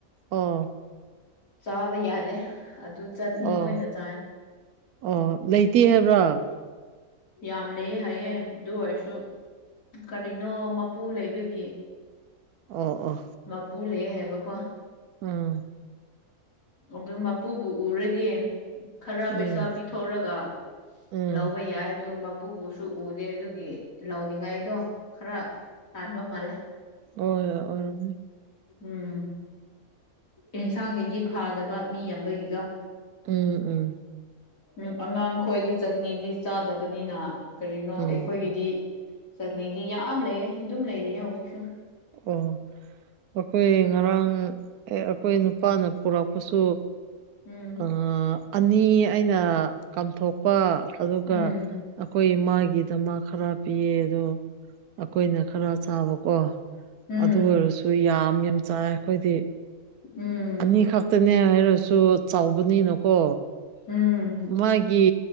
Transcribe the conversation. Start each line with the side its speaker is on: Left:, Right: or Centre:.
Right: ꯑꯣ
Left: ꯆꯥꯕ ꯌꯥꯗꯦ ꯑꯗꯨ ꯆꯠꯅꯤ
Right: ꯑꯣ
Left: ꯑꯣꯏꯅ ꯆꯥꯏ
Right: ꯑꯣ ꯂꯩꯇꯦ ꯍꯥꯏꯕ꯭ꯔꯣ
Left: ꯌꯥꯝ ꯂꯩꯌꯦ ꯍꯥꯏꯌꯦ ꯑꯗꯨ ꯑꯣꯏꯔꯁꯨ ꯀꯔꯤꯅꯣ ꯃꯄꯨ ꯂꯩꯕꯒꯤ
Right: ꯑꯣ ꯑꯣ
Left: ꯃꯄꯨ ꯂꯩꯌꯦ ꯍꯥꯏꯕꯀꯣ
Right: ꯎꯝ
Left: ꯑꯗꯨ ꯃꯄꯨꯕꯨ ꯎꯔꯗꯤ ꯈꯔ
Right: ꯎꯝ
Left: ꯄꯩꯁꯥ ꯄꯤ ꯊꯧꯔꯒ
Right: ꯎꯝ
Left: ꯂꯧꯕ ꯌꯥꯏ ꯗꯨ ꯃꯄꯨꯕꯨꯁꯨ ꯎꯗꯦ ꯑꯗꯨꯒꯤ ꯂꯧꯅꯤꯡꯉꯥꯏꯗꯣ ꯈꯔ ꯇꯥꯟꯕ ꯃꯥꯜꯂꯦ
Right: ꯑꯣꯏ‌ ꯑꯣꯏꯔꯝꯅꯤ
Left: ꯎꯝ ꯑꯦꯟꯁꯥꯡꯒꯤꯗꯤ ꯐꯥꯗꯕ ꯃꯤ ꯌꯝꯕꯒꯤꯀꯣ
Right: ꯎꯝ ꯎꯝ
Left: ꯎꯝ ꯑꯉꯥꯡ ꯈꯣꯏꯗꯤ ꯆꯠꯅꯤꯗꯤ ꯆꯥꯗꯕꯅꯤꯅ ꯀꯔꯤꯅꯣ
Right: ꯎꯝ
Left: ꯑꯩꯈꯣꯏꯒꯤꯗꯤ ꯆꯠꯅꯤꯗꯤ ꯌꯥꯝ ꯂꯩꯌꯦ ꯑꯗꯨꯝ ꯂꯩꯔꯤꯌꯦ ꯍꯧꯖꯤꯛꯁꯨ
Right: ꯑꯣ ꯑꯈꯣꯏ ꯉꯔꯥꯡ ꯑꯦ ꯑꯈꯣꯏ ꯅꯨꯄꯥꯅ ꯄꯨꯔꯛꯄꯁꯨ
Left: ꯎꯝ
Right: ꯑ ꯑꯅꯤ ꯑꯩꯅ ꯀꯥꯝꯊꯣꯛꯄ ꯑꯗꯨꯒ
Left: ꯎꯝ
Right: ꯑꯈꯣꯏ ꯏꯃꯥꯒꯤꯗꯃꯛ ꯈꯔ ꯄꯤꯌꯦ ꯑꯗꯣ ꯑꯈꯣꯏꯅ ꯈꯔ ꯆꯥꯕꯀꯣ
Left: ꯎꯝ
Right: ꯑꯗꯨ ꯑꯣꯏꯔꯁꯨ ꯌꯥꯝ ꯌꯥꯝ ꯆꯥꯏ ꯑꯈꯣꯏꯗꯤ
Left: ꯎꯝ
Right: ꯑꯅꯤꯈꯛ ꯇꯅꯦ ꯍꯥꯏꯔꯁꯨ ꯆꯥꯎꯕꯅꯤꯅꯀꯣ
Left: ꯎꯝ
Right: ꯃꯥꯒꯤ